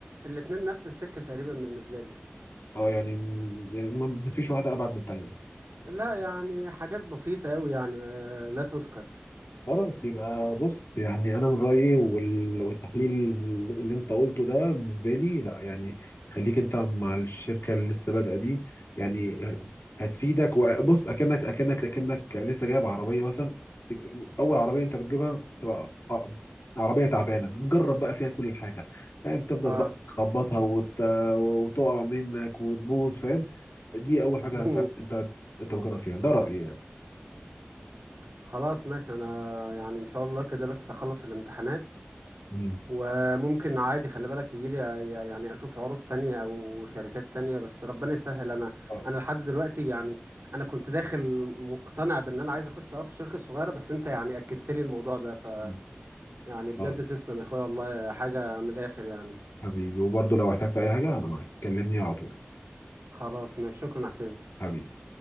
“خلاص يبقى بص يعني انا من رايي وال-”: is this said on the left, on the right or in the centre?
Left